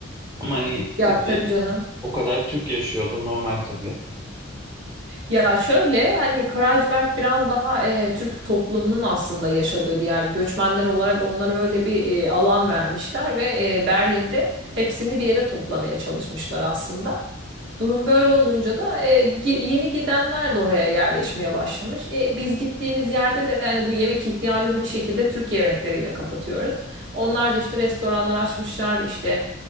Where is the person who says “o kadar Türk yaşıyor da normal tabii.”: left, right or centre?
Right